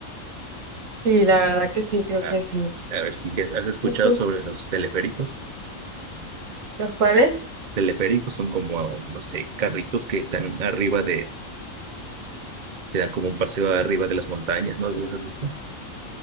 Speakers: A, on the right; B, on the right.
A: Sí, la verdad que sí, creo
B: Ah,
A: que sí.
B: a ver si ya has escuchado
A: ¿Y tú?
B: sobre los teleféricos.
A: ¿Los cuales?
B: Teleféricos son como, no sé, carritos que están arriba de, te dan como un paseo arriba de las montañas, ¿no? ¿Los has visto?